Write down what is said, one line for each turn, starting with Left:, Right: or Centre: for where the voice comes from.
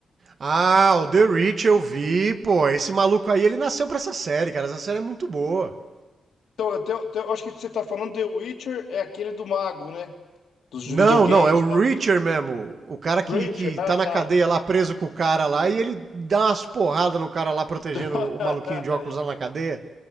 Right: Ah, o The Rich eu vi, pô. Esse maluco aí, ele nasceu pra essa série, cara. Essa série é muito boa.
Left: Então, eu tenho- tenho- eu acho que você tá falando The Witcher é aquele do mago, né? Dos
Right: Não,
Left: videogames
Right: não, é o
Left: e tal.
Right: Richard mesmo. O cara
Left: Reacher,
Right: que, que
Left: ah,
Right: tá na
Left: tá.
Right: cadeia lá, preso com o cara lá, e ele dá umas porradas no cara lá, protegendo
Left: <laughs>
Right: o maluquinho de óculos lá na cadeia.